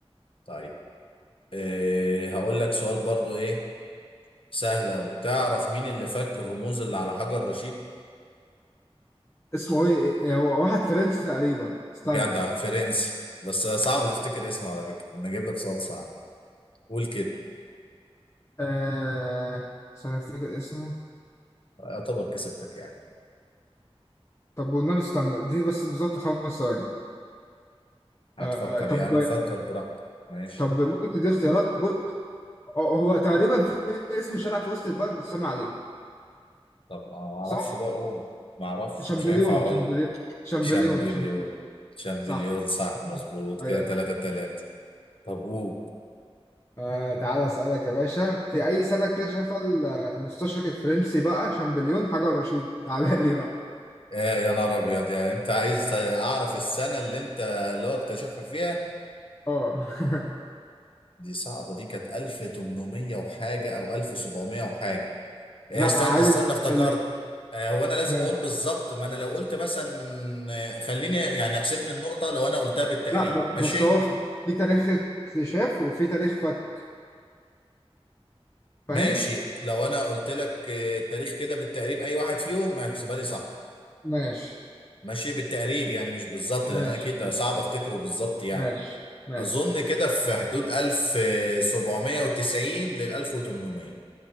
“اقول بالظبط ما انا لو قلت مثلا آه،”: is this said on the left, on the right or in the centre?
Left